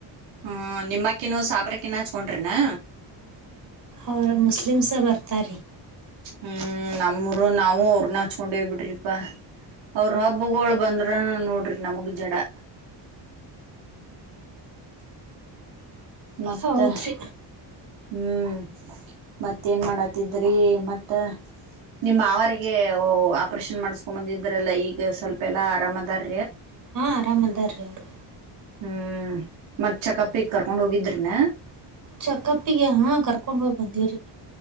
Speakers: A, on the right (about 85°); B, on the right (about 50°).
A: ಹಾ ನಿಮ್ಮಕ್ಕಿನ ಸಾಬ್ರಕ್ಕಿನ ಹಚ್ಕೊಂಡ್ರಿನಾ
B: ಅವ <unintelligible> ಮುಸ್ಲಿಮ್ ಸ ಬರ್ <unintelligible> ರ್ತಾರಿ
A: ಹ್ಮ್ ನಮ್ಮೂರು ನಾವು ಅವ್ರನ್ನ ಹಚ್ಕೊಂಡೇ ಬಿಡ್ರಿಪಾ ಅವ್ರ ಹಬ್ಬಗಳು ಬಂದ್ರ ನೋಡ್ರಿ ನಮಗ್ ಜಡಾ ಮತ್ತಾ
B: ಹೌದ್ರಿ
A: <unintelligible> ಹ್ಮ್ ಮತ್ತೇನ್ ಮಾಡತಿದ್ರಿ ಮತ್ತ ನಿಮ್ಮ ಮಾವರಿಗೆಒಳ್ಳೆ ಒ ಆಪರೇಷನ್ ಮಾಡಸ್ಕೊ ಬಂದಿದ್ರಲ್ಲ ಈಗ ಸ್ವಲ್ಪ ಎಲ್ಲಾ ಆರಾಮದಾರ್
B: ಹಾ ಆರಾಮ್ ಅದಾರ್ ಅವರು
A: ಹ್ಮ್ ಮತ್ ಚೆಕಪ್ ಈಗ್ ಕರ್ಕೊಂಡ್ ಹೋಗಿದ್ರನ
B: ಚೆಕಪ್ ಇಗೆ ಹಾ ಕರ್ಕೊಂಡ್ ಹೋಗ್ ಬಂದಿವ್ರೀ